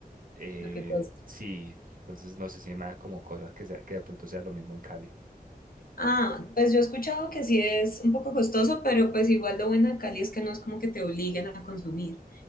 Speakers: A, on the right (about 60°); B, on the left (about 65°).
A: eh,
B: Lo que cuesta.
A: sí, entonces no sé si me da como cosa que, sea- que de pronto sea lo mismo en Cali.
B: Ah, pues yo he escuchado que sí es un poco costoso, pero pues igual lo bueno de Cali es que no es como que te obliguen a consumir.